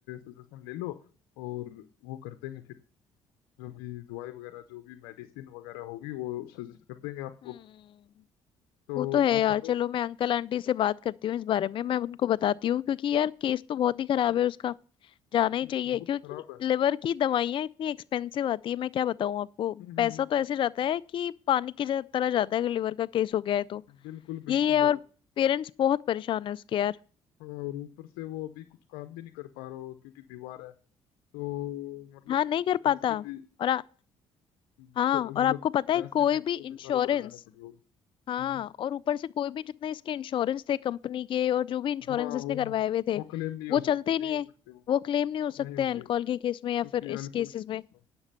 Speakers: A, on the left (about 85°); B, on the left (about 45°).
A: सजेशन ले लो और वो कर देंगे फिर जो भी दवाई वगैरह जो भी मेडिसिन वगैरह होगी वो सजेस्ट कर देंगे आपको
B: हम्म
A: तो
B: वो तो है यार
A: आप बताओ
B: चलो मैं अंकल आंटी से बात करती हूँ इस बारे में मैं उनको बताती हूँ क्योंकि यार केस तो बहुत ही खराब है उसका जाना ही
A: हम्म,
B: चाहिए
A: बहुत
B: क्योंकि
A: खराब है
B: लिवर की दवाइयाँ इतनी एक्सपेंसिव आती है मैं क्या बताऊँ आपको
A: हम्म हम्म
B: पैसा
A: हम्म,
B: तो ऐसे जाता है कि पानी की जा- तरह जाता है अगर लिवर का केस हो गया है तो
A: हम्म, बिल्कुल
B: यही
A: बिल्कुल
B: है
A: यार
B: और पेरेंट्स बहुत परेशान है उसके यार
A: हाँ और ऊपर से वो अभी कुछ काम भी नहीं कर पा रहा होगा क्योंकि बीमार है तो मतलब
B: हाँ नहीं कर
A: पैसे
B: पाता
A: भी
B: और आ-
A: ब,
B: हाँ और
A: मतलब
B: आपको पता
A: पैसे
B: है कोई
A: भी उनको
B: भी इंश्योरेंस
A: बेचारों को लगाने पड़ रहे होंगे
B: हाँ
A: हम्म
B: और ऊपर से कोई भी जितने इसके इंश्योरेंस थे कंपनी के और जो भी इंश्योरेंस
A: हाँ
B: इसने
A: वो
B: करवाए हुए थे
A: वो क्लेम नहीं
B: वो
A: हो सकते
B: चलते ही
A: नहीं
B: नहीं
A: हो
B: है
A: सकते वो
B: वो क्लेम नहीं
A: वो
B: हो सकते
A: नहीं होंगे
B: हैं अल्कोहल के केस
A: क्योंकि
B: में या फिर इस
A: अल्कोहल
B: केसेस
A: के केस
B: में
A: में